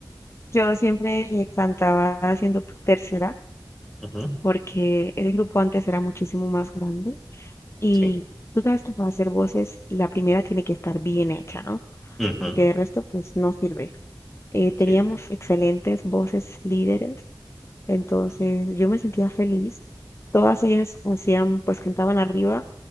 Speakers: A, on the left (about 35°); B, in the centre.
A: yo siempre eh, cantaba haciendo tercera
B: Ujú,
A: porque el grupo antes era muchísimo más grande Y
B: sí,
A: tú sabes que para hacer voces, la primera tiene que estar bien hecha, ¿no?
B: ujú,
A: Porque de resto, pues no sirve. Eh, teníamos
B: sí, sí.
A: excelentes voces líderes, entonces
B: ujú,
A: yo me sentía feliz. Todas ellas hacían, pues cantaban arriba